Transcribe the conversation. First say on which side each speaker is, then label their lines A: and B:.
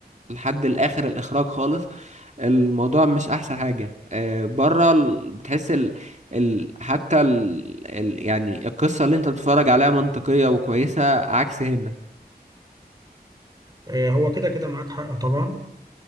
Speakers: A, on the right; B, on the right.
A: لحد الآخر الإخراج خالص الموضوع مش أحسن حاجة آه، بره ال- بتحس ال... ال... حتى ال... ال... يعني القصة اللي أنت بتتفرج عليها منطقية وكويسة عكس هنا
B: آه هو كده كده معاك حق طبعا